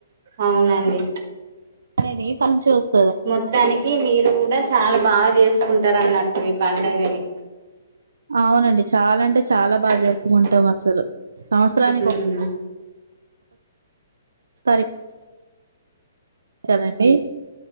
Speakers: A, on the right; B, on the right.
A: అవునండి
B: అనేది పను చూస్
A: మొత్తానికి మీరు కూడా చాలా బాగా చేస్ కుంటరన్నట్టు ఈ పండగని
B: అవునండి చాలా అంటే చాలా బాగా
A: ఉమ్
B: జరుపుకుంటాం అసలు సంవత్సరానికి
A: ఉమ్
B: ఒ కరే కదండి